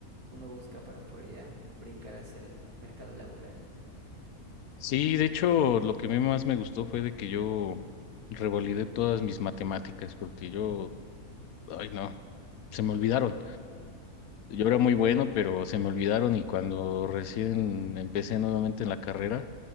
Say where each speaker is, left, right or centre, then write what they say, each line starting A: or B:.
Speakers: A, on the right; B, on the left.
A: uno busca para poder ya brincar hacia el mercado laboral.
B: Sí, de hecho, lo que a mí más me gustó fue de que yo revalidé todas mis matemáticas porque yo, ay no, se me olvidaron. Yo era muy bueno, pero se me olvidaron y cuando recién empecé nuevamente en la carrera,